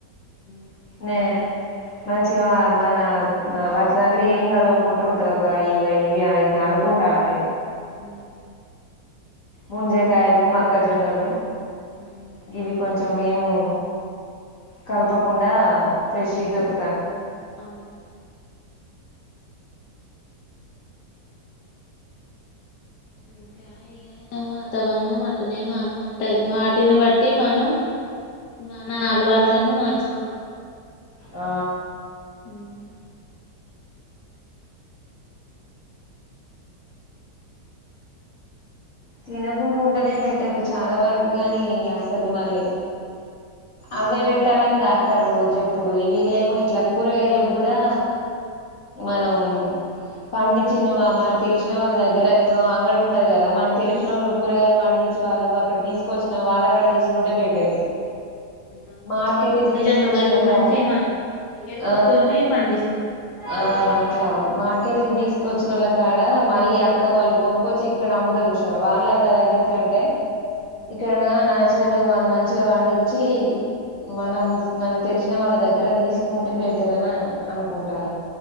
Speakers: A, on the left; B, on the left.
A: ఉమ్,
B: నే మంచి వా మన వాటి దాంట్ల ఏం కలువకుంటూ ఉంటది ఒక ఇవి ఇవి అ అనుకుంటాను నేను
A: హుమ్
B: ముంజకాయలు మక్కజొన్నలు
A: ఉమ్,
B: ఇవి కొంచెం మేము కలపకుండా ఫ్రెష్ దొరుకు
A: ఉమ్ అవును ఇంకా ఇగ వాతావరణం అటునే మారుతాంటది వాటిని బట్టి మనం మన అలవాట్లను మార్చుకో
B: ఆ
A: ఉమ్
B: తినకుంటు ఉంటేనే బెటరు చాలా వరకు కాగాని అసలు మళ్ళీ అవే వెట్టాలని
A: ఉమ్.
B: డాక్టర్ లోజ చెప్పుడు వీళ్ళేమో ఇట్లా కూరగాయలు కూడా మనం పండించిన మన తెలిసిన వాళ్ళ దగ్గర ఇప్పుడు అంగడి ఉంటది కదా మన తెలిసినోళ్ళు గురగాళ్ళు పండిచ్చి వాళ్ళు అక్కడ తీసుకొచ్చిన వాళ్ళు అక్కడ తీసుకుంటే బెటరు
A: అవును
B: మార్కెట్ నుంచి
A: సహజంగా
B: తీసుకొచ్చిన
A: వాళ్ళు
B: వాళ్ళ
A: మంచి మా ఎరువులతోనే
B: ఆ
A: పండిస్తారు
B: ఆ అట్లా మార్కెట్ ను ని తీసుకొచ్చి నోళ్ళ కాడ మళ్ళీ అక్కడ వాళ్ళు కొన్క్కొచ్చి ఇక్కడ అమ్ముతరు జూస్ వాళ్ళగా దగ్గరకంటే
A: ఉమ్
B: ఇక్కడ నా జంగా వాళ్ళు మంచిగా పండిచ్చి మనం మనకు తెలిసిన వాళ్ళ దగ్గర తీసుకుంటే బెటర్ ని అని అనుకుంటాను